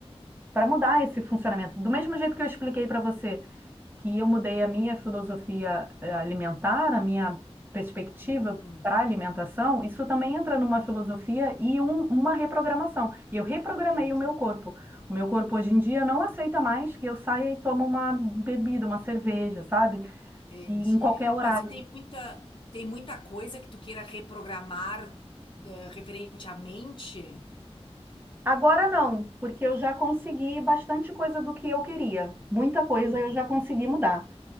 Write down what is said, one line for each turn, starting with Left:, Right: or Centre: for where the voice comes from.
Right: para mudar esse funcionamento? Do mesmo jeito que eu expliquei para você que eu mudei a minha filosofia eh, alimentar, a minha perspectiva
Left: Hum,
Right: para alimentação, isso também entra numa filosofia e um- uma reprogramação. E eu reprogramei
Left: entendi.
Right: o meu corpo. O meu corpo hoje em dia não aceita mais que eu saia e tome uma bebida, uma cerveja, sabe?
Left: Entendi.
Right: E em qualquer horário.
Left: Mas e tem muita, tem muita coisa que tu queira reprogramar, eh, referente à mente?
Right: Agora não, porque eu já consegui bastante coisa do que eu queria. Muita coisa
Left: Uhum.
Right: eu já consegui mudar.